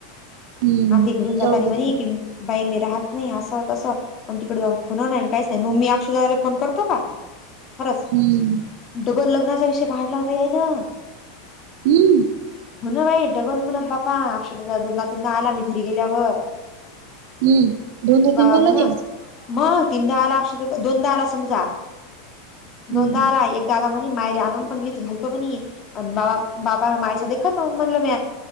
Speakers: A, on the right (about 55°); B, on the left (about 30°).
A: हम्म.
B: आधी घरून जाताना
A: जाऊ दे
B: म्हणे
A: तिकडे
B: की बाई मी राहत नाही असं तसं. पण मग तिकडे जाऊन फोन नाही काहीच नाही मम्मी अक्षरारे फोन करतो का खरंच
A: हम्म
B: डबल लग्नाचा विषय काढला होता याय ना.
A: हम्म
B: हो ना बाई डबल मुनात बापा दोनदा तीनदा आला मी घरी गेल्यावर
A: हम्म दोनदा तीनदा
B: बा म्हणा.
A: लगेच
B: मग तीनदाला अक्ष दोनदाहाला समजा
A: हम्म
B: दोनदाहाला
A: हम्म
B: एक दादा म्हण मायला आणून पणीच घालतो पण बा बाबा मायचा देखत. म्हणलं मी